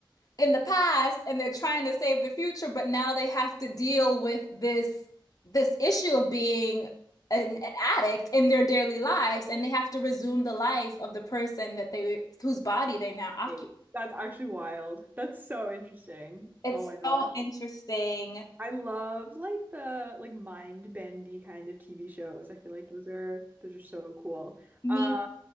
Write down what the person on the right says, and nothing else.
Wait, that's actually wild. That's so interesting.
Oh my gosh.
I love like the like mind bendy kind of TV shows. I feel like those are those are so cool.
Uh,